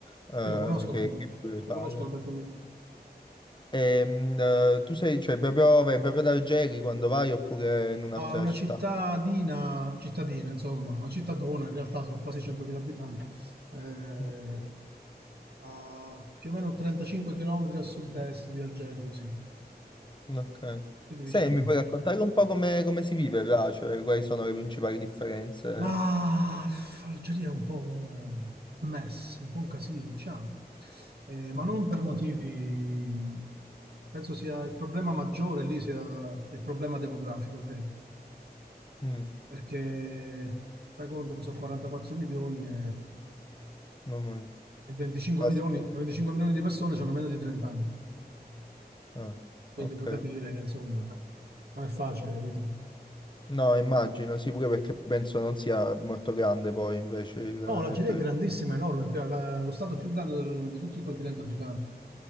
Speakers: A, on the left; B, on the right.
A: eh,
B: Sì, lo conosco
A: che,
B: Camillo,
A: che vorrei
B: lo
A: fare.
B: conosco Alberto Camillo.
A: E, mm, eh, tu sei, cioè, proprio, vai proprio ad Algeri quando vai oppure in un'altra
B: Ah, una
A: città?
B: cittadina, cittadina, insomma, una cittadona, in realtà sono quasi 100.000 abitanti, eh,
A: Mm.
B: a più o meno 35 km a sud-est di Algeri, così,
A: Ok.
B: quindi
A: Sai,
B: vicino.
A: mi puoi raccontare un po' come, come si vive là? Cioè, quali sono le principali differenze?
B: Ma l'Algeria è un po' un mess, un po' un casino, diciamo. Eh, ma
A: Mm,
B: non per motivi... Penso sia il problema maggiore lì sia il problema demografico, credo.
A: mm,
B: Perché fai conto che sono 44 milioni e,
A: mamma mia.
B: e 25
A: Ah,
B: milioni,
A: sì.
B: e 25 milioni di persone hanno meno di 30 anni.
A: Ah,
B: Quindi
A: ok.
B: puoi capire che, insomma, non è facile, capito?
A: No, immagino, sì, pure perché penso non sia molto grande poi invece il,
B: No, l'Algeria
A: il territorio.
B: è grandissima, enorme, è più- la- lo stato più grande del- di tutto il continente africano.